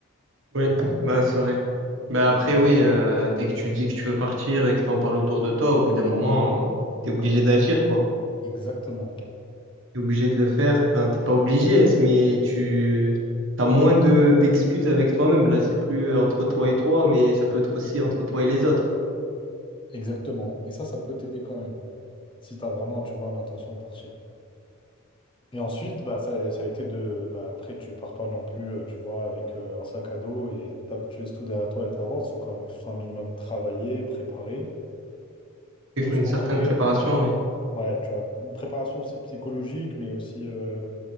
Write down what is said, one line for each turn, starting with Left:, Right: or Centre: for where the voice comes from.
Right: Oui, bah c'est vrai. Bah après, oui, euh, dès que tu dis que tu veux partir et que t'en parles autour de toi, au bout d'un moment, t'es obligé d'agir, quoi.
Left: Exactement,
Right: T'es obligé de le faire. Enfin, t'es pas obligé, mais tu t'as moins de d'excuses avec toi-même. Là, c'est plus euh, entre toi et toi, mais ça peut être aussi entre toi et les autres.
Left: exactement. Et ça, ça peut t'aider quand même, si tu as vraiment, tu vois, l'intention de partir. Et ensuite, bah, ça, ça a été de. Bah, après, tu pars pas non plus, euh, tu vois, avec euh, un sac à dos et t'as- tu laisses tout derrière toi et t'avances. Il faut quand même que ce soit un minimum travaillé, préparé. Nous,
Right: Il faut
Left: ce
Right: une
Left: qu'on
Right: certaine
Left: a fait,
Right: préparation, oui.
Left: ouais, tu vois, une préparation aussi psychologique, mais aussi, euh,